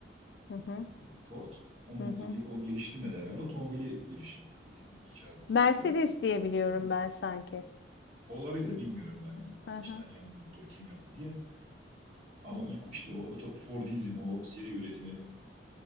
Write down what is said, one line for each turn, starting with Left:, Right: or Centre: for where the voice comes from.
Left: Hı hı,
Right: e, Ford o, mu-
Left: hı hı.
Right: o, ge- o geliştirmedi herhalde otomobili giriş icat
Left: Mercedes
Right: yaptı. T1
Left: diyebiliyorum
Right: otomobil.
Left: ben sanki.
Right: Olabilir bilmiyorum ben. Hani
Left: Hı hı.
Right: içten yanmalı motoru kim yaptı diye. Ama ilk işte o oto- Fordizm o seri üretimi